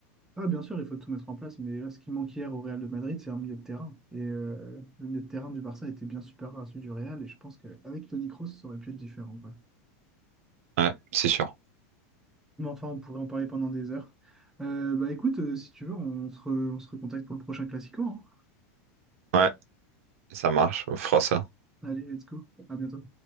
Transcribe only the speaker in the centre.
Ah, bien sûr, il faut tout mettre en place, mais là, ce qui manquait hier au Real de Madrid, c'est un milieu de terrain. Et euh, le milieu de terrain du Barça était bien supérieur à celui du Real, et je pense qu'avec Toni Kroos, ça aurait pu être différent, quoi.
Mais enfin, on pourrait en parler pendant des heures. Euh, bah écoute, euh, si tu veux, on se, re- on se recontacte pour le prochain Classico, hein.
Allez, let's go. À bientôt.